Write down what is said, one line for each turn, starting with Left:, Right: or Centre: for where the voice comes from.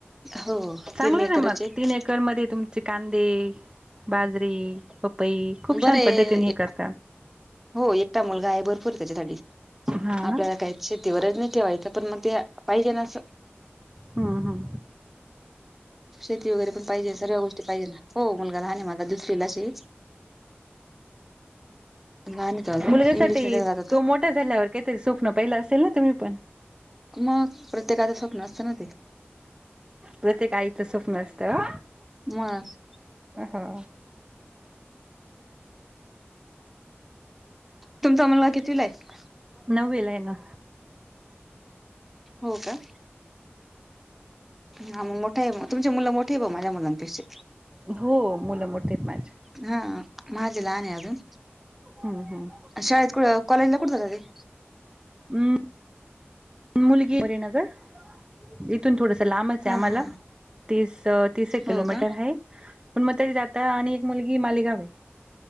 Centre: हो
Right: चांगलं
Centre: तीन एकरच
Right: नां मगं
Centre: आहे
Right: तीनं एकर मध्यें तुम्हीं. कांदे, बाजरी. पपई खूप
Centre: बरं
Right: छान
Centre: हे
Right: पद्धतीने
Centre: एक.
Right: करतात
Centre: हो एकटां मुलंगा आहे भरंपूर त्यांच्यासाठी
Right: हा ना
Centre: आपल्यांला कायं. शेतीवरचं नाहीं ठेवायचं पणं मंग ते पाहिजे नां असं.
Right: हां हां.
Centre: शेती वगैरें पणं पाहिजे सर्वं गोष्टी पाहिजे हो मुलंगां लहांन आहे माझां दुसरीला शे. लहान आहे तो अजून
Right: मुलग्यांसाठी
Centre: इंग्लिश मिडियम
Right: तो
Centre: जात होता
Right: मोठं. मोठं झाल्यांवर कांहीं तरी स्वप्नं पहिले असेल नां तुम्हीं पणं?
Centre: मंग प्रत्येकाचं स्वप्नं असतं नां.
Right: प्रत्येक आईचं स्वप्नं असतं.
Centre: मग
Right: हो.
Centre: तुमचां मुलंगा कितीवीलां आहे?
Right: नववी आहे नां.
Centre: हो कां? हां मंग मोठे आहे मंग तुमचे मुलं मोठे आहे बरं माझ्यां मुलांचे पेक्षा.
Right: हो मुलं मोठीतं आहे माझे.
Centre: हां माझे लहांन आहे अजूंन
Right: हम्म हम्म
Centre: शाळेंत क कॉलेजला कुठं जातांत ते.
Right: हम्मं मुलंगी पणं आहे नं गं. इथूंन थोडसं लांबच आहे
Centre: हा
Right: आम्हांला
Centre: हा
Right: तीस तीस एक
Centre: हा
Right: किलोमीटर
Centre: हो का
Right: आहे. पणं मंग तरी जांता आणि एक मुलंगी मालेगांव आहे.